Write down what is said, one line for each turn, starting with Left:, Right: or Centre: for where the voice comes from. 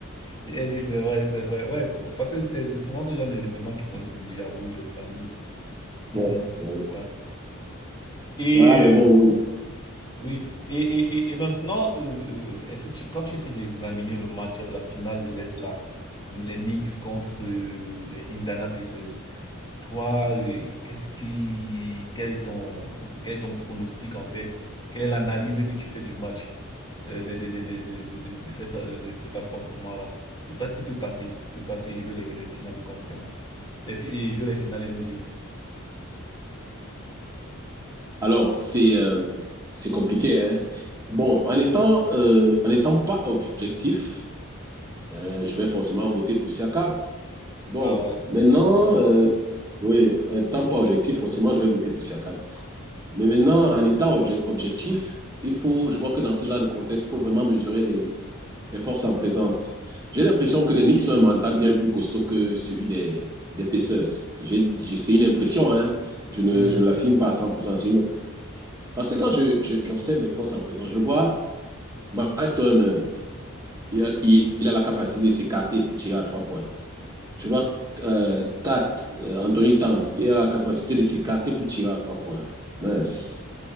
Left: Il a dit c'est vrai, c'est vrai. Ouais, parce que c'est c'est souvent ce genre d'événements qui font aussi bouger la bourse. La bourse. Mhm.
Right: ouais, ouais.
Left: Ouais. Et
Right: Ah, mais bon, oui.
Left: oui, et, et, et, et maintenant, euh, euh, est-ce que tu, quand tu essaies d'examiner le match-up, la finale de l'Est, là, les Knicks contre euh, les Indiana Pacers, toi, euh, qu'est-ce qui, quel est ton, quel est ton pronostic en fait? Quelle est l'analyse que tu fais du match euh, de, de, de, de, de, de, de, de cet, euh, de cet affrontement-là? Pour toi, qui peut passer? Qui peut passer et jouer les, les finales de conférence? Les, fi- et jouer les finales NBA?
Right: Alors, c'est euh, c'est compliqué. Hein? Bon, en étant, euh, en étant pas objectif, euh, je vais forcément voter pour Siakam. Bon,
Left: Ah
Right: maintenant, euh, oui, en étant pas objectif, forcément, je vais voter pour Siakam. Mais maintenant, en étant obje- objectif, il faut, je crois que dans ce genre de contexte, il faut vraiment mesurer les, les forces en présence. J'ai l'impression que les Knicks ont un mental bien plus costaud que celui des, des Pacers. c'est une impression, hein. Je ne,
Left: ouais.
Right: je ne l'affirme pas à 100%. C'est une... Parce que quand je, je- j'observe les forces en présence, je vois Marston, euh, il a, il- il a la capacité de s'écarter pour tirer à trois points. Je vois euh, Kat, euh, Anthony Towns, il a la capacité de s'écarter pour tirer à trois points. Mince,